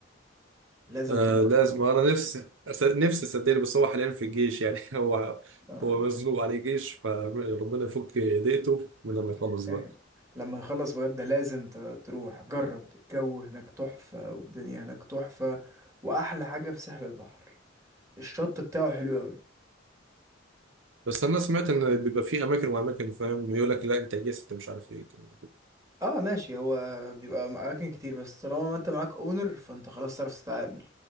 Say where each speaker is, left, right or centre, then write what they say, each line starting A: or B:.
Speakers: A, on the right (about 15°); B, on the right (about 70°).
A: لازم
B: آه
A: تجرب
B: لازم
A: تروح
B: أنا نفسي أس- نفسي صدقني بس هو حاليا في الجيش يعني <laughs> هو
A: آه.
B: هو مزنوق عليه جيش فربنا يفك ضيقته من لما يخلص
A: <laughs>
B: بقى
A: لما يخلص بجد لازم ت- تروح جرب الجو هناك تحفة والدنيا هناك تحفة وأحلى حاجة في ساحل البحر الشط بتاعه حلو أوي
B: بس انا سمعت ان بيبقى في اماكن واماكن فاهم يقول لك لا انت جاي انت مش عارف ايه كان
A: اه ماشي هو بيبقى أماكن كتير بس طالما ما انت معاك اونر فانت خلاص تعرف تتعامل